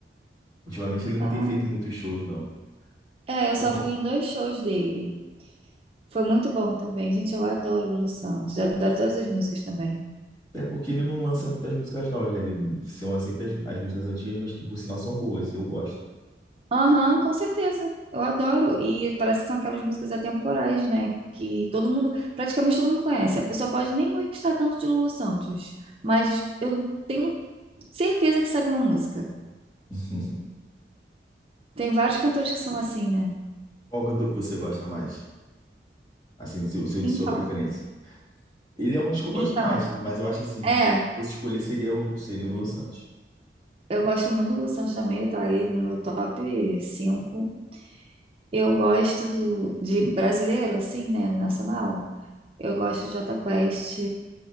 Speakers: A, on the left; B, on the right.
A: Ultimamente ele não
B: Ah,
A: tem feito muitos shows, não.
B: é, eu só
A: E o
B: fui
A: bom.
B: em dois shows dele. Foi muito bom também. Gente, eu adoro o Lu Santos. Eu adoro todas as músicas também.
A: Até porque ele não lança muitas músicas novas, né? Ele são sempre as, as músicas antigas, mas que por sinal são boas, e eu gosto.
B: Aham, com certeza. Eu adoro. E parece que são aquelas músicas atemporais, né? Que todo mundo, praticamente todo mundo conhece. A pessoa pode nem gostar tanto de Lulu Santos, mas eu tenho certeza que sabe uma música.
A: <laughs>
B: Tem vários cantores que são assim, né?
A: Qual cantor que você gosta mais? Assim, o seu, o seu
B: Então,
A: de sua preferência. Ele é um dos que eu gosto
B: então,
A: mais, mas eu acho assim,
B: é,
A: se fosse escolher seria o seria o Lulu Santos.
B: eu gosto muito do Lu Santos também, ele tá aí no meu top 5. Eu gosto de brasileiro, assim, né? Nacional. Eu gosto do Jota Quest,